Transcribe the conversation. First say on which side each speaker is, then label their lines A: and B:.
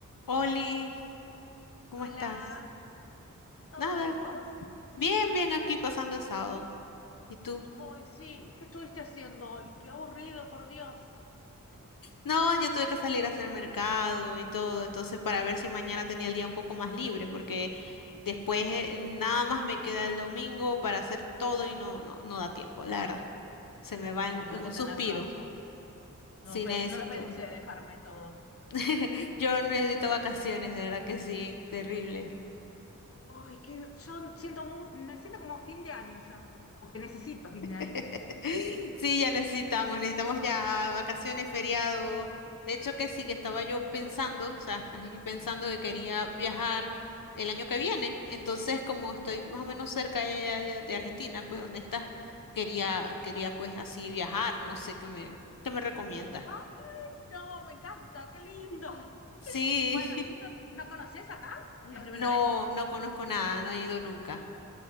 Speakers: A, on the left; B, on the left.
A: Oli, ¿cómo
B: Hola,
A: estás?
B: ¿todo
A: Nada,
B: bien vos?
A: bien, bien aquí pasando el sábado. ¿Y tú?
B: Hoy sí, ¿qué estuviste haciendo hoy? Qué aburrido, por Dios.
A: No, yo tuve que salir a hacer mercado y todo, entonces para ver si mañana tenía el día un poco más libre, porque después eh, nada más me queda el domingo para hacer todo y no, no, no da tiempo, la verdad. Se me va
B: La
A: en,
B: verdad
A: en
B: que
A: un
B: tenés
A: suspiro.
B: razón. No,
A: Sí,
B: pe-
A: necesito.
B: no lo pensé dejarme todo.
A: <laughs> Yo necesito vacaciones, de verdad que sí, terrible.
B: Ay, que yo siento mu- me siento como fin de año ya, o que necesito fin de
A: <laughs>
B: año.
A: Sí, ya necesitamos, necesitamos ya vacaciones, feriado. De hecho, que sí, que estaba yo pensando, o sea, aquí pensando que quería viajar el año que viene. Entonces, como estoy más o menos cerca de, allá de- de Argentina, pues donde estás, quería, quería pues así viajar. No sé qué me, qué me recomiendas.
B: Ay, no, me encanta, qué lindo.
A: Sí,
B: Bueno, es
A: <laughs>
B: lindo. ¿No conoces acá? ¿Es la primera
A: no,
B: vez?
A: no conozco nada, no he ido nunca.